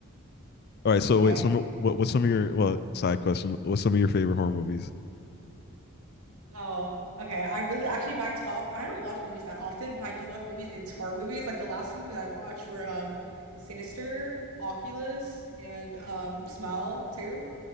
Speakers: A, on the left; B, on the right.
A: all right, so
B: Okay.
A: wait, some what what's some of your well side question? What's some of your favorite horror movies?
B: Oh, okay. I really actually my top. I don't watch movies that often, but if I do watch movies, it's horror movies. Like the last two movies I watched were um. Sinister, Oculus, and um Smile too.